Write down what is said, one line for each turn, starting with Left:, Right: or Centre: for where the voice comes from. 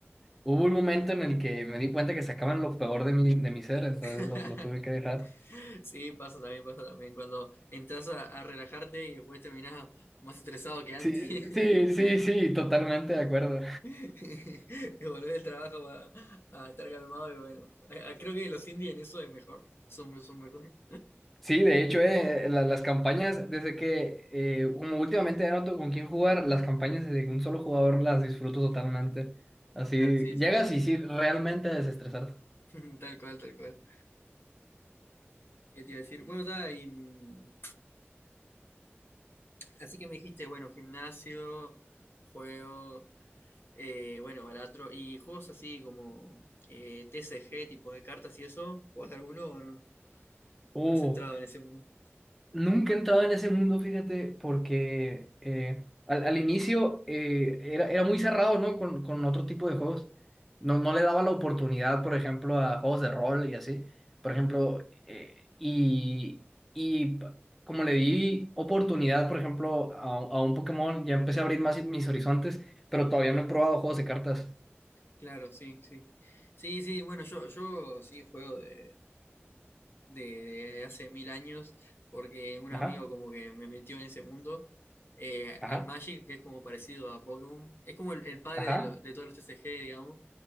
Centre: hubo un momento en el que me di cuenta que sacaban lo peor de mi, de mi ser, entonces
Left: <laughs>
Centre: lo, lo tuve que dejar.
Left: Sí, pasa también, pasa también. Cuando entras a, a relajarte y después terminás más estresado que antes.
Centre: Sí,
Left: <laughs>
Centre: sí, sí, sí, totalmente de acuerdo.
Left: <laughs> Y volver del trabajo a, a estar calmado y bueno. a- a- creo que los indies en eso es mejor. Son, son mejor.
Centre: Sí, de hecho, eh, la- las campañas, desde que eh, como últimamente ya no tengo con quién jugar, las campañas de un solo jugador las disfruto totalmente. Así
Left: Claro, sí,
Centre: llegas
Left: sí, sí.
Centre: y sí, realmente a desestresarte.
Left: <laughs> Tal cual, tal cual. ¿Qué te iba a decir? Bueno, está, y, mm, así que me dijiste, bueno, gimnasio, juego, eh, bueno, baratro, y juegos así como eh, TCG, tipo de cartas y eso, ¿jugás alguno o no?
Centre: Uh.
Left: No has entrado en ese mundo.
Centre: Nunca he entrado en ese mundo, fíjate, porque eh, al, al inicio eh, era, era muy cerrado, ¿no? Con, con otro tipo de juegos. No, no le daba la oportunidad, por ejemplo, a juegos de rol y así. Por ejemplo, eh, y, y pa- como le di oportunidad, por ejemplo, a, a un Pokémon, ya empecé a abrir más mis horizontes, pero todavía no he probado juegos de cartas.
Left: Claro, sí, sí. Sí, sí, bueno, yo, yo sí juego de. de, de hace mil años, porque un
Centre: Ajá,
Left: amigo como que me metió en ese mundo, eh,
Centre: ajá,
Left: al Magic, que es como parecido a Pokémon, es como el, el padre
Centre: ajá.
Left: de, lo- de todos los TCG, digamos.